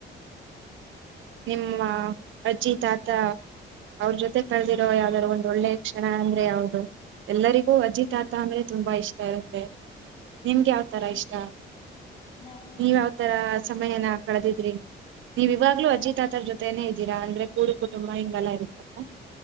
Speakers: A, on the right; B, on the left.
A: ನಿಮ್ಮ ಅಜ್ಜಿ ತಾತ ಅವ್ರ ಜೊತೆ ಕಳದಿರೋ ಯಾವ್ದಾರರು ಒಂದ್ ಒಳ್ಳೆ ಕ್ಷಣ ಅಂದ್ರೆ ಯಾವ್ದು ಎಲ್ಲರಿಗೂ ಅಜಿತಾತ ಅಂದ್ರೆ ತುಂಬಾ ಇಷ್ಟ ಇರುತ್ತೆ ನಿಮ್ಗೆ ಯಾವತರ
B: ನ-
A: ಇಷ್ಟ
B: ನಾವು
A: ನೀವ ಯಾವತರ ಸಮಯನ ಕಳೆದಿದ್ರಿ ನೀವ್ವಾಗ್ಲೂ
B: ನಾವ್
A: ಅಜಿತತರ ಜೊತೇನೇ ಇದ್ದೀರಾ ಅಂದ್ರೆ ಕೂಡಕುಟುಂಬ ಹಿಂಗಲ್ಲ ಇರುತ್ತಲ್